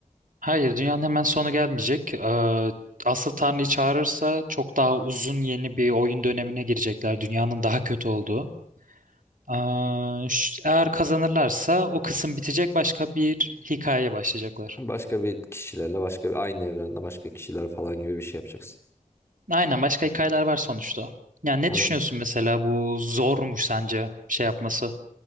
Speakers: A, on the right; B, on the left.
A: Hayır, dünyanın hemen sonu gelmeyecek. Ee, asıl Tanrı'yı çağırırsa çok daha uzun yeni bir oyun dönemine girecekler. Dünyanın daha kötü olduğu. Ee, ş- eğer kazanırlarsa o kısım bitecek, başka bir hikayeye başlayacaklar.
B: Başka bir kişilerle başka bir aynı evrende başka kişiler falan gibi bir şey yapacaksın.
A: Aynen, başka hikayeler var sonuçta. Yani ne
B: Ondan
A: düşünüyorsun mesela bu zormuş sence şey yapması,